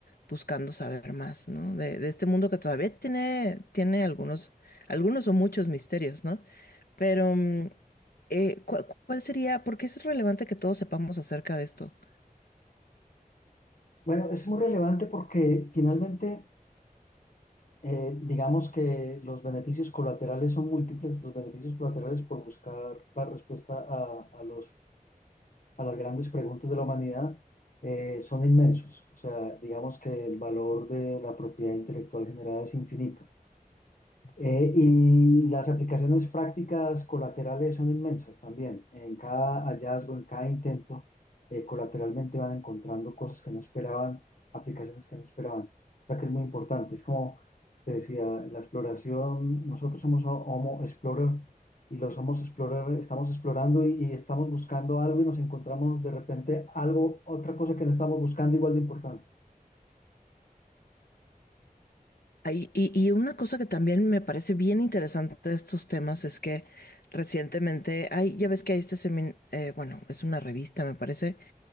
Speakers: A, on the left (about 85°); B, on the left (about 60°).
A: buscando saber más, ¿no? De, de este mundo que todavía tiene, tiene algunos, algunos o muchos misterios, ¿no? Pero... mm, eh, ¿cuál, cuál sería? Porque es relevante que todos sepamos acerca de esto.
B: Bueno, es muy relevante porque finalmente eh, digamos que los beneficios colaterales son múltiples, los beneficios colaterales por buscar la respuesta a, a los a las grandes preguntas de la humanidad eh, son inmensos. O sea, digamos que el valor de la propiedad intelectual generada es infinito. Eh, y las aplicaciones prácticas colaterales son inmensas también. En cada hallazgo, en cada intento, eh, colateralmente van encontrando cosas que no esperaban, aplicaciones que no esperaban. O sea que es muy importante. Es como te decía, la exploración, nosotros somos ho- Homo Explorer y los Homo Explorer estamos explorando y, y estamos buscando algo y nos encontramos de repente algo, otra cosa que no estamos buscando igual de importante.
A: Ay, Y, y una cosa que también me parece bien interesante de estos temas es que recientemente, hay, ya ves que hay este seminario, bueno, es una revista, me parece,